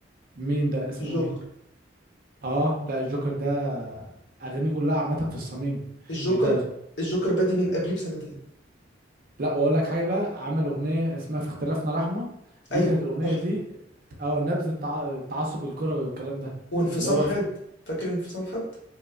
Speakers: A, on the right; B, on the left.
A: مين ده اسمه
B: الجوكر
A: ايه اه لا الجوكر ده اغانيه كلها عامه في الصميم
B: الجوكر
A: يعني انت
B: الجوكر بادي من قبليه بسنتين
A: لا واقول لك حاجه بقى عمل اغنيه اسمها في اختلافنا رحمه دي
B: اي
A: كانت الاغنيه
B: تحفه
A: دي اه نبذ التع- التعصب الكروي والكلام ده
B: وانفصام
A: اللي هو
B: حاد
A: في...
B: فاكر انفصام حاد